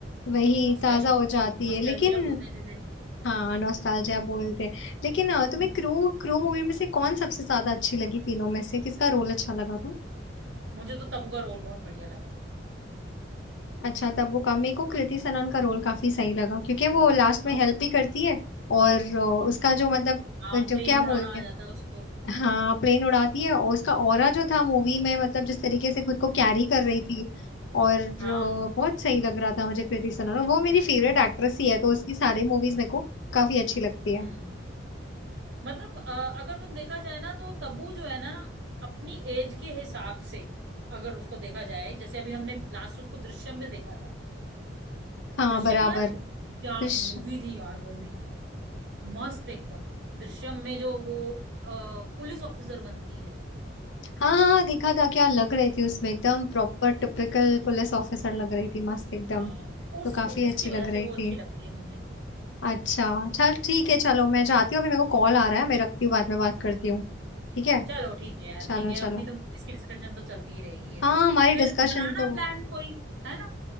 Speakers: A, on the left; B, on the right.
A: वही
B: नॉस्टैली
A: ताजा हो जाती
B: नॉस्टैल्जिया
A: है लेकिन
B: बोलते हैं जिसे हम्म
A: हाँ नॉस्टैल्जिया बोलते हैं लेकिन अ, तुम्हें
B: हम्म।
A: क्रू क्रू मूवी में से कौन सबसे ज्यादा अच्छी लगी तीनों में से किसका रोल अच्छा लगा था
B: मुझे तो तब्बू का रोल बहुत बढ़िया लगा
A: अच्छा तब वो का मेरे को कृति सनन का रोल काफी सही लगा क्योंकि वो लास्ट में
B: हाँ
A: हेल्प भी करती है और अ, उसका जो मतलब
B: हाँ
A: जो
B: प्लेन
A: क्या
B: उड़ाना
A: बोलते
B: आ
A: हैं
B: जाता है उसको
A: हाँ प्लेन उड़ाती है और उसका ऑरा जो था मूवी में मतलब जिस तरीके से खुद को कैरी कर रही थी और अ,
B: हाँ
A: बहुत सही लग रहा था मुझे कृति सनोरा वो मेरी
B: हम्म
A: फेवरेट एक्ट्रेस ही है तो उसकी सारी मूवीज मेरे को काफी अच्छी लगती
B: हम्म
A: है
B: मतलब अ, अगर तुम देखा जाए ना तो तब्बू जो है ना अपनी एज के हिसाब से अगर उसको देखा जाए जैसे अभी हमने लास्ट उसको दृश्यम में देखा था
A: हाँ
B: दृश्यम
A: बराबर
B: याद है क्या
A: फिश
B: मूवी थी यार वो भी मस्त एकदम दृश्यम में जो वो अ, पुलिस ऑफिसर बनती है
A: हाँ हाँ हाँ, देखा था क्या लग रही थी उसमें एकदम प्रॉपर टिपिकल पुलिस ऑफिसर लग रही थी मस्त एकदम
B: हाँ उस
A: तो काफी
B: उसकी
A: अच्छी लग
B: वजह से
A: रही
B: वो
A: थी
B: अच्छी लगती है मुझे
A: अच्छा चल ठीक है चलो मैं जाती हूँ अभी मेरे को कॉल आ रहा है मैं रखती हूँ बाद में बात करती हूँ ठीक है
B: चलो ठीक है यार
A: चलो
B: ठीक है
A: चलो
B: अपनी तो इसकी डिस्कशन तो चलती ही रहेगी ये
A: हाँ
B: सब
A: हमारी
B: फिर
A: डिस्कशन
B: बनाना
A: तो
B: प्लान कोई है ना